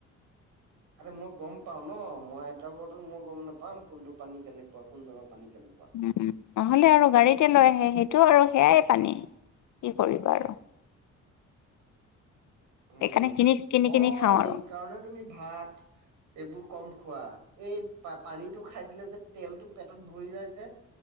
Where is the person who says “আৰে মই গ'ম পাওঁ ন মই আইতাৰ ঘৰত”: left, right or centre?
Right